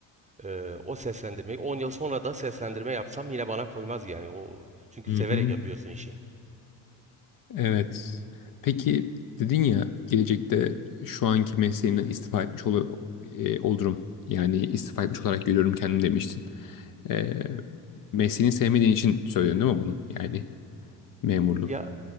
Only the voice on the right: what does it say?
Eee, o seslendirmeyi 10 yıl sonra da seslendirme yapsam yine bana koymaz yani. O çünkü
severek
yapıyorsun işi.
Ya